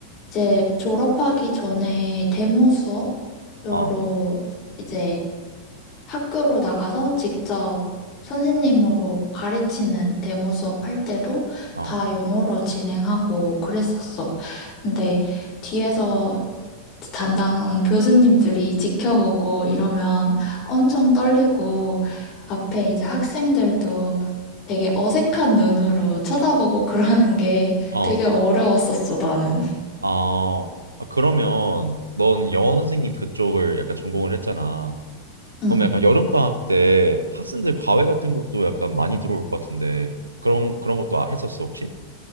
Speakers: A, on the left; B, on the right.
A: 이제 졸업하기 전에 데모 수업으로
B: 어,
A: 이제 학교로 나가서 직접 선생님으로 가르치는 데모 수업 할 때도
B: 어,
A: 다 영어로 진행하고 그랬었어. 근데 뒤에서 담당 교수님들이 지켜보고 이러면 엄청 떨리고 앞에 이제 학생들도 되게 어색한 눈으로 쳐다보고 <laughs> 그러는 게
B: 어,
A: 되게 어려웠었어, 나는.
B: 어. 아, 그러면 넌 영어 선생님 그쪽을 약간 전공을 했잖아.
A: 응.
B: 그러면 약간 여름방학 때 학생들 과외 같은 것도 약간 많이 들어올 것 같은데 그런 그런 것도 아- 했었어 혹시?